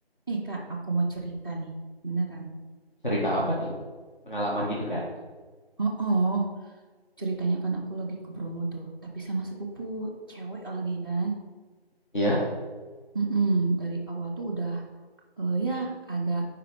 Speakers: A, on the left (about 20°); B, on the left (about 50°).
A: Nih Kak, aku mau cerita nih, beneran.
B: Cerita apa nih? Pengalaman gitu kan?
A: Oh, oh, ceritanya kan aku lagi ke Bromo tuh, tapi sama sepupu cewek lagi kan.
B: Ya,
A: Mm-mm, dari awal tuh udah, eh, ya agak